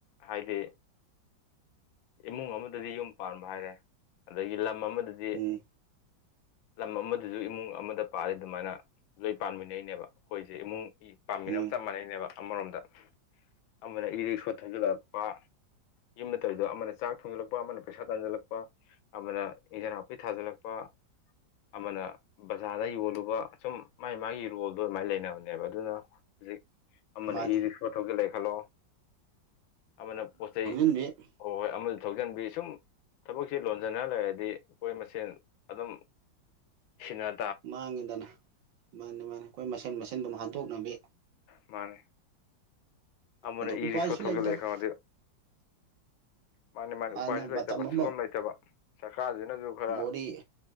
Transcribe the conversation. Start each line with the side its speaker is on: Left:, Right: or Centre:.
Left: ꯍꯥꯏꯗꯤ ꯏꯃꯨꯡ ꯑꯃꯗꯗꯤ ꯌꯨꯝ ꯄꯥꯟꯕ ꯍꯥꯏꯔꯦ ꯑꯗꯒꯤ ꯂꯝ ꯑꯃꯗꯗꯤ
Right: ꯎꯝ
Left: ꯂꯝ ꯑꯃꯗꯁꯨ ꯏꯃꯨꯡ ꯑꯃꯗ ꯄꯥꯜꯂꯤ ꯁꯨꯃꯥꯏꯅ ꯂꯣꯏ ꯄꯥꯝꯃꯤꯟꯅꯩꯅꯦꯕ ꯑꯩꯈꯣꯏꯁꯦ ꯏꯃꯨꯡꯒꯤ ꯄꯥꯟꯃꯤꯟꯅꯕ
Right: ꯎꯝ
Left: ꯆꯞ ꯃꯥꯟꯅꯩꯅꯦꯕ ꯑꯃꯔꯣꯝꯗ ꯑꯃꯅ ꯏꯔꯤꯛꯁꯣ ꯊꯧꯖꯤꯜꯂꯛꯄ ꯌꯨꯝꯗ ꯇꯧ ꯑꯃꯅ ꯆꯥꯛ ꯊꯣꯡꯖꯜꯂꯛꯄ ꯑꯃꯅ ꯄꯩꯁꯥ ꯇꯥꯟꯁꯤꯜꯂꯛꯄ ꯑꯃꯅ ꯏꯟꯖꯟ ꯍꯥꯞꯄꯤ ꯊꯥꯖꯤꯜꯂꯛꯄ ꯂꯨꯄꯥ ꯑꯃꯅ ꯕꯖꯥꯔꯗ ꯌꯣꯜꯂꯨꯕ ꯁꯨꯝ ꯃꯥꯥꯏ ꯃꯥꯢꯒꯤ ꯔꯣꯜꯗꯣ ꯑꯗꯨꯃꯥꯏꯅ ꯂꯩꯅꯕꯅꯦꯕ ꯑꯗꯨꯅ ꯍꯧꯖꯤꯛ ꯑꯃꯅ
Right: ꯃꯥꯅꯦ
Left: ꯏꯔꯤꯛ ꯢꯔꯤꯛꯁꯣ ꯊꯧꯖꯤꯟꯂꯛꯌꯦ ꯈꯜꯂꯣ ꯑꯃꯅ ꯄꯣꯠ ꯆꯩ
Right: ꯎꯗꯤ <inaudible>
Left: ꯍꯣꯏ ꯍꯣꯏ ꯑꯃꯁꯨ ꯊꯧꯖꯤꯟꯕꯤ ꯁꯨꯝ ꯊꯕꯛꯁꯤ ꯂꯣꯟꯖꯤꯟꯅ ꯂꯩꯔꯗꯤ ꯑꯩꯈꯣꯏ ꯃꯁꯦꯟ ꯑꯗꯨꯝ ꯁꯤꯅ
Right: ꯃꯥꯡꯉꯤꯗꯅ ꯃꯥꯅꯤ ꯃꯥꯅꯤ ꯑꯩꯈꯣꯏ ꯃꯁꯦꯟ ꯃꯁꯦꯟ ꯑꯗꯨꯝ ꯍꯥꯠꯇꯣꯛꯅꯕꯤ
Left: ꯃꯥꯅꯤ ꯑꯃꯅ
Right: ꯑꯗꯣ
Left: ꯏꯔꯤꯛꯁꯣ
Right: ꯎꯄꯥꯏꯁꯨ
Left: ꯊꯧꯖꯤꯜꯂꯛꯑꯦ
Right: ꯂꯩꯇꯕ
Left: ꯈꯪꯉꯥꯗꯤ ꯃꯥꯅꯦ ꯃꯥꯅꯦ
Right: ꯍꯥꯟꯅ
Left: ꯎꯄꯥꯏꯁꯨ ꯂꯩꯇꯕ
Right: ꯃꯇꯝ ꯑꯃ
Left: ꯁꯨꯐꯝ ꯂꯩꯇꯕ ꯁꯔꯀꯥꯔꯁꯤꯅꯁꯨ ꯈꯔ
Right: ꯃꯣꯔꯤ